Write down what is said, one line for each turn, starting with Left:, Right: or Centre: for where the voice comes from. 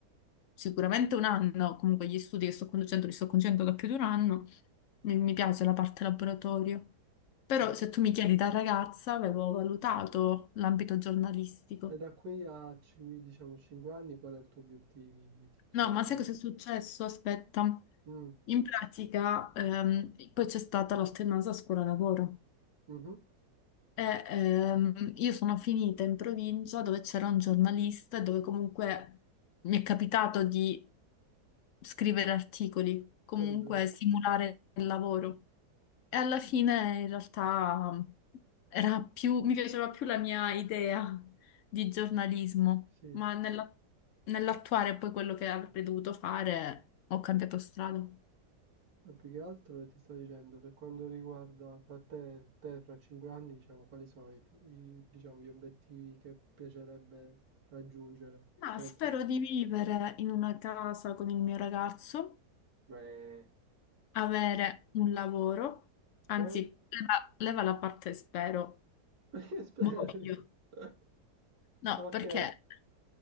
Left: sicuramente un anno, comunque gli studi che sto conducendo li sto conducendo da più di un anno, mi, mi piace la parte laboratorio. Però
Right: mm.
Left: se tu mi chiedi da ragazza, avevo valutato l'ambito giornalistico.
Right: E da qui a, cin- diciamo, 5 anni, qual è il tuo obiettivo? Diciamo,
Left: No, ma sai
Right: che-
Left: cosa è successo? Aspetta.
Right: Mm,
Left: In pratica, ehm, poi c'è stata l'alternanza scuola-lavoro.
Right: mhm,
Left: E, ehm, io sono finita in provincia dove c'era un giornalista e dove comunque mi è capitato di scrivere articoli, comunque
Right: capito?
Left: simulare il lavoro. E alla fine in realtà era più, mi piaceva più la mia idea di giornalismo,
Right: Sì,
Left: ma
Right: sì.
Left: nella- nell'attuare poi quello che avrei dovuto fare ho cambiato strada.
Right: Ma più che altro ti sto dicendo, per quanto riguarda fra te, te fra cinque anni, diciamo, quali sono i, tu- i- diciamo, gli obiettivi che piacerebbe raggiungere?
Left: Ma
Right: Oltre.
Left: spero di vivere in una casa con il mio ragazzo,
Right: Beh,
Left: avere un lavoro, anzi,
Right: poi?
Left: leva, leva la parte spero,
Right: <laughs> Perché spero?
Left: voglio.
Right: <laughs>
Left: No,
Right: Ok,
Left: perché